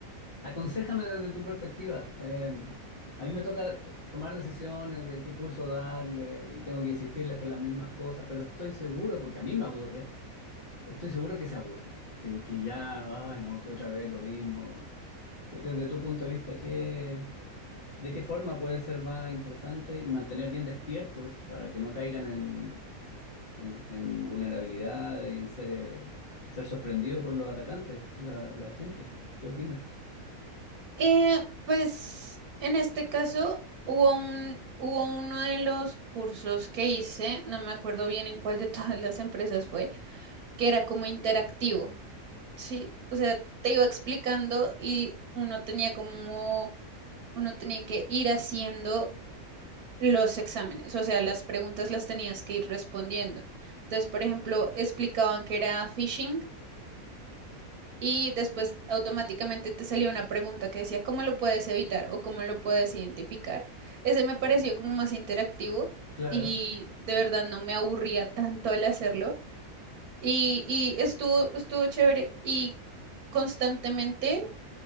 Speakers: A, on the left (about 40°); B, on the right (about 80°).
A: Aconséjame desde tu perspectiva. Eh, a mí me toca to- tomar decisiones de qué curso darle y tengo que insistirles con las mismas cosas, pero estoy seguro, porque a mí me aburre Estoy seguro que se aburran, que, que ya, ay no, que otra vez lo mismo. Que Desde tu punto de vista, ¿qué, de qué forma puede ser más interesante y mantener bien despiertos para que no caigan en, en, en vulnerabilidad y en ser, eh, ser sorprendido por los atacantes, la, la gente? ¿Qué opinas?
B: Eh, pues en este caso hubo un, hubo uno de los cursos que hice, no me acuerdo bien en cuál de <laughs> todas las empresas fue, que era como interactivo, ¿sí? O sea, te iba explicando y uno tenía como, uno tenía que ir haciendo los exámenes, o sea, las preguntas las tenías que ir respondiendo. Entonces, por ejemplo, explicaban que era phishing Y después automáticamente te salía una pregunta que decía, ¿cómo lo puedes evitar o cómo lo puedes identificar? Ese me pareció como más interactivo
A: Claro.
B: y de verdad no me aburría tanto al hacerlo. Y, y estuvo, estuvo chévere y constantemente,